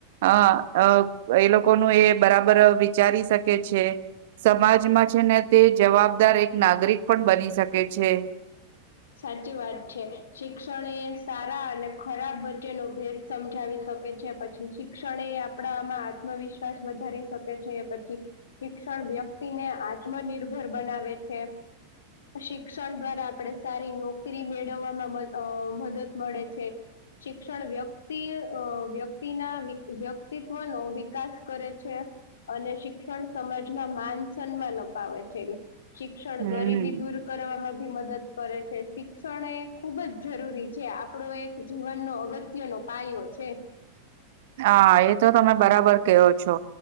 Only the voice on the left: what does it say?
સાચી વાત છે શિક્ષણ એ સારા અને ખરાબ વચ્ચેનો ભેદ સમજાવી શકે છે પછી શિક્ષણ એ આપણામાં આત્મવિશ્વાસ વધારી શકે છે પછી શિક્ષણ શિક્ષણ વ્યક્તિ ને આત્મનિર્ભર બનાવે છે શિક્ષણ દ્વારા આપણે સારી નોકરી મેળવવામાં મદદ મળે છે શિક્ષણ વ્યક્તિ વ્યક્તિ ના વ્યક્તિત્વ નો વિકાસ કરે છે અને શિક્ષણ સમાજમાં માન સન્માન અપાવે છે શિક્ષણ
ગરીબી દૂર કરવામાં ભી મદદ કરે છે શિક્ષણ એ ખુબ જ જરૂરી છે આપણો એક જીવનનો અગત્યનો પાયો છે હ <unintelligible>